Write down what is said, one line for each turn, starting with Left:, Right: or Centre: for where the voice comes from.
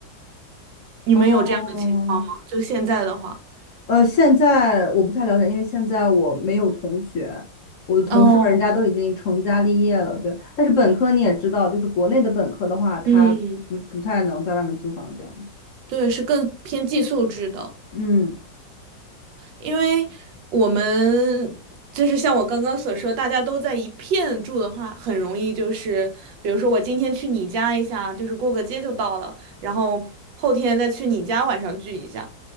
Right: 你们有这样的情况吗？
Left: 哦，
Right: 就现在的话，
Left: 呃，现在我不太了解，因为现在我没有同学，我的同事们人家都已经成家立业了，
Right: 哦，
Left: 对。但是本科你也知道，就是国内的本科的话，他不不太能在外面租房这样。
Right: 嗯。对，是更偏寄宿制的，
Left: 嗯，
Right: 因为我们就是像我刚刚所说，大家都在一片住的话，很容易就是，比如说我今天去你家一下，就是过个街就到了，然后后天再去你家晚上聚一下。